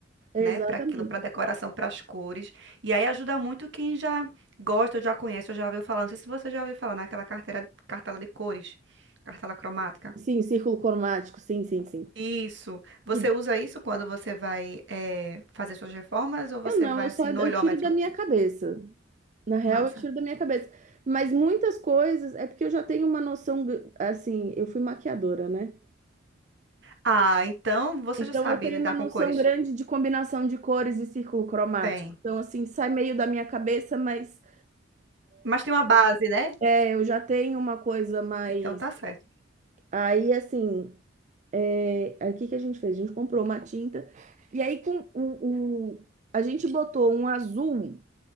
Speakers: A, on the right; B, on the right.
A: Exatamente.
B: né, para aquilo, para decoração, para as cores. E aí ajuda muito quem já gosta, já conhece, ou já ouviu falar. Não sei se você já ouviu falar naquela carteira, cartela de cores, cartela cromática.
A: Sim, círculo cromático, sim, sim, sim.
B: Isso. Você
A: E
B: usa isso quando você vai eh, fazer suas reformas ou você
A: eu não,
B: vai
A: eu
B: assim
A: só eu
B: no olhômetro?
A: tiro da minha cabeça. Na real,
B: Massa.
A: eu tiro da minha cabeça. Mas muitas coisas é porque eu já tenho uma noção, gr- assim, eu fui maquiadora, né?
B: Ah, então você
A: Então
B: já sabe
A: eu tenho
B: lidar
A: uma noção
B: com cores.
A: grande de combinação de cores e círculo cromático.
B: Tem.
A: Então, assim, sai meio da minha cabeça, mas
B: Mas tem uma base, né?
A: é, eu já tenho uma coisa mais.
B: Então tá certo.
A: Aí, assim, É, aí o que que a gente fez? A gente comprou uma tinta e aí com o, o- a gente botou um azul.